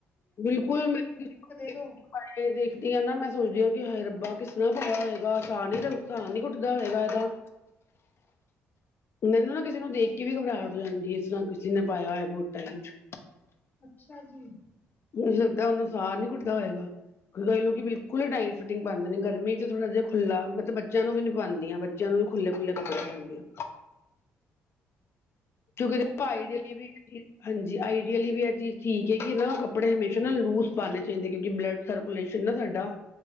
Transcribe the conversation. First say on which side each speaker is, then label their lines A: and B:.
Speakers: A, on the left; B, on the left.
A: ਬਿਲਕੁਲ ਮੈਂ <inaudible>
B: ਦੋ
A: ਪਾਏ ਦੇਖਦੀ ਆ ਨਾ, ਮੈਂ ਸੋਚਦੀ ਹਾਂ, ਕਿ ਹਾਏ ਰੱਬਾ ਕਿਸ ਤਰ੍ਹਾਂ ਪਾਇਆ ਹੋਏਗਾ, ਸਾਹ ਨੀ ਸਾਹ ਨੀ ਘੁੱਟਦਾ ਹੈਯੇਗਾ ਇਹਦਾ ਮੈਨੂੰ ਨਾ ਕਿਸੇ ਨੂੰ ਦੇਖ ਕੇ ਵੀ ਘਬਰਾਹਟ ਹੋ ਜਾਂਦੀ ਐ, ਇਸ ਤਰ੍ਹਾਂ ਕਿਸੇ ਨੇ ਪਾਇਆ ਹੋਇਆ ਥਹੁਤ ਟਾਇਟ
B: ਅੱਛਾ ਜੀ।
A: ਹੋ ਸਕਦਾ ਉਹਨੂੰ ਸਾਹ ਨੀ ਕੁੱਟਦਾ ਹੋਏਗਾ। ਕਿਉਂਿ ਕ ਇਹ ਲੋਕ ਬਿਲਕੁਲ <unintelligible> ਕਈ ਲੋਕੀ ਬਿਲਕੁਲ ਟਾਈਟ ਫਟਿੰਗ ਪਾਉਦੇ ਨੇ, ਗਰਮੀ ਚ ਥੋੜਾ ਜਿਹਾ ਖੁੱਲ੍ਹਾ ਮੈਂ ਤੇ ਬੱਚਿਆਂ ਨੂੰ ਵੀ ਨੀ ਪਾਉਂਦੀ ਆਂ ਜਏ ਖੁੱਲੇ, ਖੁੱਲੇ ਕੱਪੜੇ ਪਾਉਂਦੀਆਂ ਕਿਉਕਿ
B: ਅੱਛਾ
A: ਭਾਈ
B: ਜੀ
A: ਦੇ ਲਈ ਵੀ ਇਕ ਚੀਜ਼ ਹਾਂਜੀ ਆਈਡੀਅਲੀ ਵੀ ਇਹ ਚੀਜ਼ ਠੀਕ ਹੈ, ਕਿ ਨਾ ਕੱਪੜੇ ਹਮੇਸ਼ਾ ਨਾ ਲੂਜ ਪਾਉਣੇ ਚਾਹੀਦੇ, ਕਿਉਂਕਿ ਬਲੱਡ ਸਰਕੂਲੇਸ਼ਨ ਨਾ ਸਾਡਾ,